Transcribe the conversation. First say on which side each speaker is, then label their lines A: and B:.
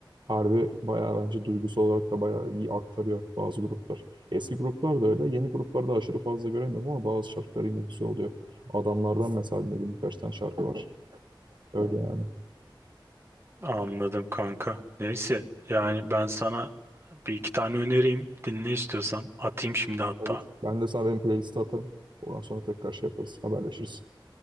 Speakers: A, on the right; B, on the right.
A: Harbi bayağı bence duygusal olarak da bayağı iyi aktarıyor bazı gruplar. Eski gruplar da öyle. Yeni gruplarda aşırı fazla göremiyorum ama bazı şarkıları yine güzel oluyor. Adamlardan mesela dinlediğim birkaç tane şarkı var. Öyle yani.
B: Anladım kanka. Neyse yani ben sana bir iki tane önereyim. Dinle istiyorsan. Atayım şimdi hatta.
A: Olur. Ben de sana benim playlisti atarım. Ondan sonra tekrar şey yaparız. Haberleşiriz.